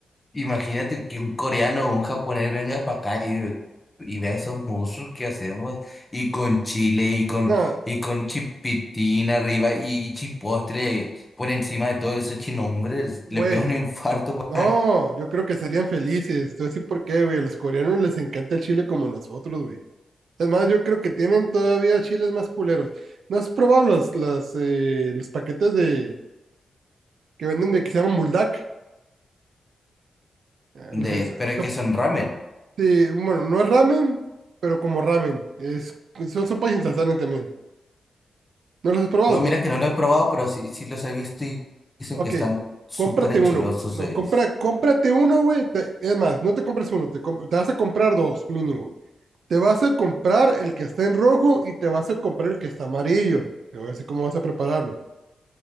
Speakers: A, on the left; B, on the right.
A: Imagínate que un coreano o un japonés venga para acá y, ve- y vea esos monstruos que hacemos, y con chile, y con,
B: no,
A: y con chipitín arriba, y, y chipotle por encima de todos esos chinombres,
B: güey,
A: le pega un infarto,
B: no,
A: pa-
B: yo creo que serían felices. Te voy a decir por qué, güey, a los coreanos les encanta el chile como nosotros, güey. Es más, yo creo que tienen todavía chiles más culeros. ¿No has probado los, las, eh, los paquetes de que venden de que se llaman buldak. Eh,
A: de,
B: las- so-
A: pero es
B: so-
A: que son ramen.
B: sí, bueno, no es ramen, pero como ramen. Es, son sopas instantáneas también. ¿No los has probado?
A: No, mira que no lo he probado, pero sí, sí los he visto y dicen
B: Ok,
A: que están súper
B: cómprate
A: enchilosos.
B: uno, güey. No,
A: eh.
B: compra, cómprate uno, güey. Te- Es más, no te compres uno, te, comp- te vas a comprar dos mínimo. güey. Te vas a comprar el que está en rojo y te vas a comprar el que está amarillo. Te voy a decir cómo vas a prepararlo.